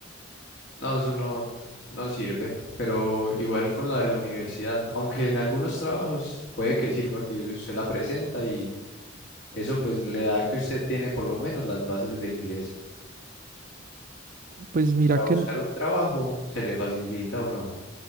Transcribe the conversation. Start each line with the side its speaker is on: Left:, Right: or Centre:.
Left: No, eso no, no sirve, pero igual con la de la universidad, aunque en algunos trabajos puede que sirva que usted la presenta y eso pues le da que usted tiene por lo menos las bases de inglés.
Right: Pues mira
Left: Para
Right: que,
Left: buscar un trabajo, ¿se le facilita o no?